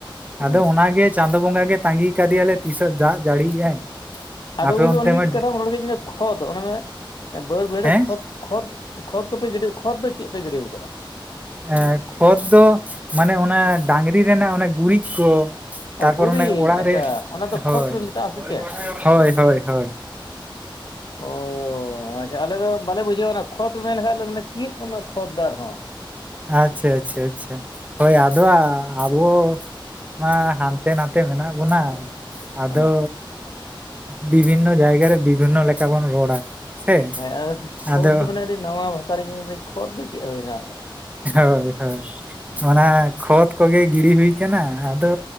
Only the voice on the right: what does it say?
ᱟᱫᱚ ᱚᱱᱟ ᱜᱮ ᱪᱟᱸ ᱫᱚ ᱵᱚᱸᱜᱟ ᱜᱮ ᱛᱟᱺᱜᱤ ᱠᱟᱫᱮᱭᱟᱞᱮ ᱛᱤᱥ ᱦᱚᱸ ᱫᱟᱜ ᱡᱟᱹᱲᱤᱭᱮᱜᱼᱟᱭ,
ᱟᱯᱮ
ᱚᱱᱛᱮ
ᱢᱟ
ᱦᱮᱸ
ᱮᱸ ᱠᱷᱚᱛ ᱫᱚ ᱢᱟᱱᱮ ᱚᱱᱟ ᱰᱟᱝᱨᱤ ᱨᱮᱱᱟᱜ ᱚᱱᱟ ᱜᱩᱨᱤᱡ ᱠᱚ᱾ ᱛᱟᱨ
ᱯᱚᱨ
ᱮᱸ ᱚᱲᱟᱜ
ᱨᱮ
ᱦᱳᱭ
ᱦᱳᱭ, ᱦᱚᱭ ᱦᱚᱭ᱾
ᱟᱪᱪᱷᱟ ᱟᱪᱪᱷᱟ ᱟᱪᱪᱷᱟ ᱦᱳᱭ ᱟᱫᱚ ᱟᱵᱚ ᱢᱟ ᱦᱟᱸᱱᱛᱮ ᱱᱟᱛᱮ ᱢᱮᱱᱟᱜ ᱵᱚᱱᱟ, ᱟᱫᱚ
ᱵᱤᱵᱷᱤᱱᱱᱚ ᱡᱟᱭᱜᱟ ᱨᱮ ᱵᱤᱵᱷᱤᱱᱱᱚ ᱞᱮᱠᱟ ᱵᱚᱱ ᱨᱚᱲᱟ᱾ ᱥᱮ
ᱟᱫᱚ
ᱦᱳᱭ ᱦᱳᱭ᱾ ᱚᱱᱟ ᱠᱷᱚᱛ ᱠᱚᱜᱮ ᱜᱤᱲᱤ ᱦᱩᱭ ᱠᱟᱱᱟ ᱟᱫᱚ